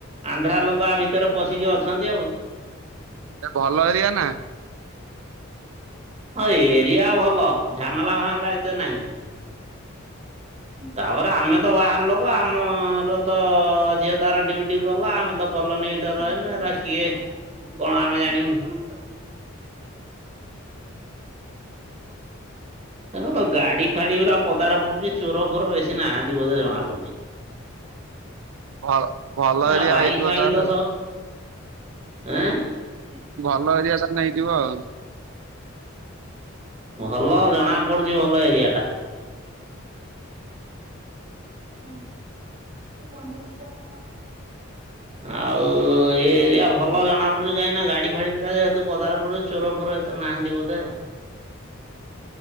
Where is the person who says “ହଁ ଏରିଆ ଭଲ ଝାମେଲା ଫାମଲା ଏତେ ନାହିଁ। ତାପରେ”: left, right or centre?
Right